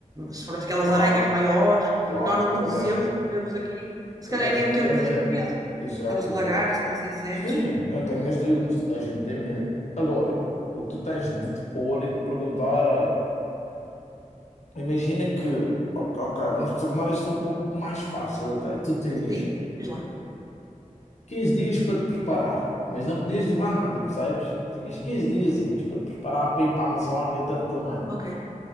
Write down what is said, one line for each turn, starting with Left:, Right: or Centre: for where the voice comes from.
Right: se for aquelas
Left: claro,
Right: aranhas maiores, que
Left: claro,
Right: nós não
Left: toda
Right: conhecemos,
Left: a gente,
Right: que não vemos aqui, se
Left: toda
Right: calhar
Left: a gente
Right: ia meter
Left: tem
Right: um bocadinho
Left: medo.
Right: de peso.
Left: Exato,
Right: Aqueles lagartos,
Left: exato.
Right: aqueles insetos.
Left: Sim, não tenhas dúvidas, toda a gente tem medo. Agora, o que tu tens de te pôr e de perguntar é: imagina que, ok, ok, vamos tornar isto um pouco mais fácil até. Tu tinhas
Right: Sim, diz lá.
Left: 15 dias para te preparar, mas não podias levar nada, percebes? Tinhas 15 diazinhos para te preparar para ir para a Amazónia durante um ano.
Right: Ok.